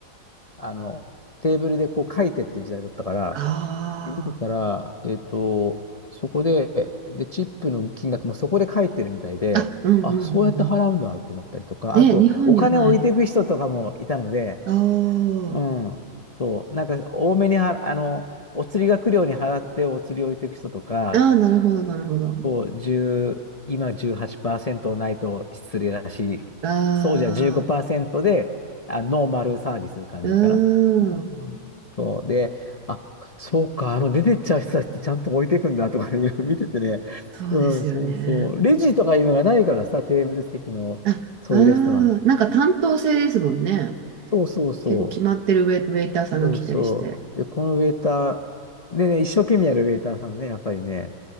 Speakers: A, on the left; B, on the right.
A: あの、テーブルでこう書いてっていう時代だったから、
B: あ
A: で見てたら、えっと、そこで、で、チップの金額もそこで書いてるみたいで、
B: あ。あ、うんうんうんうん。
A: あ、そうやって払うんだと思ったりとか、
B: ね、
A: あと、
B: 日本にはない。
A: お金を置いていく人とかもいたので、
B: お
A: うん、
B: ー。
A: そう、なんか多めには、あの、お釣りが来るように払ってお釣りを置いていく人とか、
B: ああ、なるほど、なるほど。
A: そう、10、今18%ないと失礼だし、
B: ああ、
A: そうじゃ15%で、あ、ノーマルサービス感じかな。
B: うーん。
A: うんそう。で、あ、そうか、あの、出てっちゃう人たちってちゃんと置いていくんだとかね、<laughs> いろいろ見ててね。
B: そうですよね。
A: うん、そうそう。レジとかいうのがないからさ、テーブル席の、
B: あ、
A: そういうレストラン。
B: うん。なんか担当制ですもんね。
A: そうそうそう。
B: 結構決まってるウェ、ウェイターさんが来たりして。
A: そうそう。で、このウェイター、でね、一生懸命やるウェイターさんね、やっぱりね、